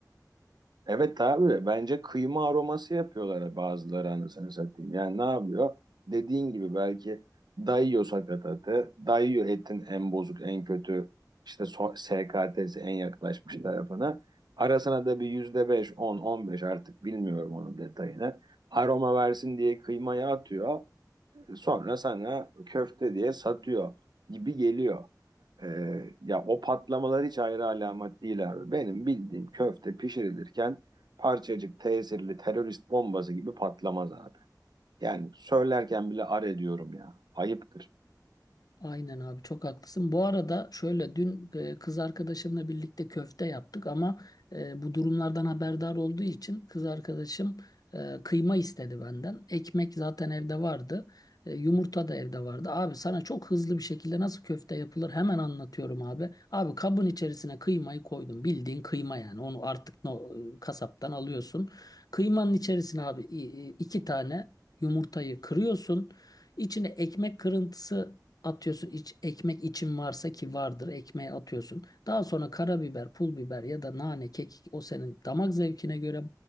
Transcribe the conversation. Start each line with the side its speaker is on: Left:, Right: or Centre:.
Right: Evet abi bence kıyma aroması yapıyorlar bazıları anasını satayım. Yani ne yapıyor? Dediğin gibi belki dayıyor sakatatı, dayıyor etin en bozuk, en kötü işte so- SKT'si en yaklaşmış tarafına. Arasına da bir yüzde beş, on, on beş artık bilmiyorum onun detayını aroma versin diye kıymaya atıyor. sonra sana köfte diye satıyor gibi geliyor. Ee, ya o patlamalar hiç ayrı alamet değil abi. Benim bildiğim köfte pişirilirken parçacık tesirli terörist bombası gibi patlamaz abi. Yani söylerken bile ar ediyorum ya. Ayıptır.
Left: Aynen abi çok haklısın. Bu arada şöyle dün e, kız arkadaşımla birlikte köfte yaptık ama e, bu durumlardan haberdar olduğu için kız arkadaşım e, kıyma istedi benden. Ekmek zaten evde vardı. E, yumurta da evde vardı. Abi sana çok hızlı bir şekilde nasıl köfte yapılır hemen anlatıyorum abi. Abi kabın içerisine kıymayı koydum. Bildiğin kıyma yani. Onu artık no, e, kasaptan alıyorsun. Kıymanın içerisine abi i- i- iki tane yumurtayı kırıyorsun. İçine ekmek kırıntısı Atıyorsun iç, ekmek için varsa ki vardır ekmeğe atıyorsun. Daha sonra karabiber, pul biber ya da nane, kekik o senin damak zevkine göre